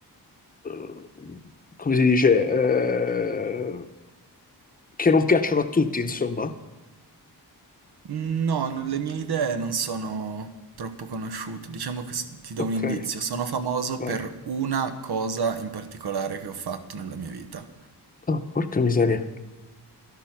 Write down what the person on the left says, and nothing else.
eh, come si dice, eh, che non piacciono a tutti, insomma.
Ok,
vai.
Ah, porca miseria.